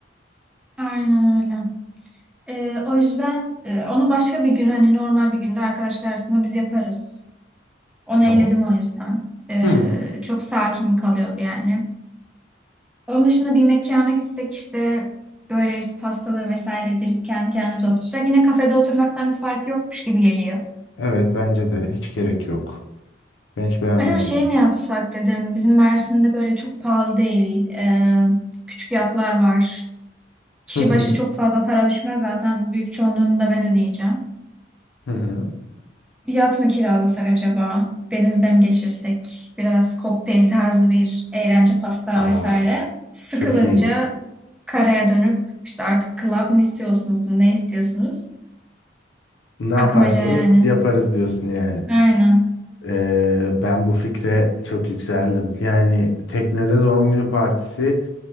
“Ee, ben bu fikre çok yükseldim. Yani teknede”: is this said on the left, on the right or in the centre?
Left